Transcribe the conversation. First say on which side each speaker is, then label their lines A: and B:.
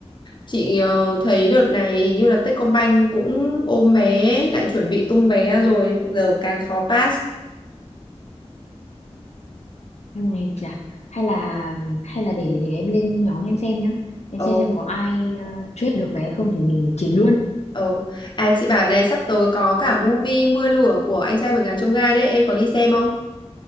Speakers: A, on the left; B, on the left.
A: chị ờ, thấy đợt này hình như là Techcombank cũng ôm vé, lại chuẩn bị tung vé rồi, giờ càng khó pass.
B: Ừ, chà hay là hay là để để em lên nhóm em xem nhá em
A: Ờ.
B: xem xem có ai uh, trade được vé không thì mình chiến luôn
A: Ồ, à chị bảo này sắp tới có cả movie Mưa lửa của anh trai vượt ngàn chông gai đấy, em có đi xem không?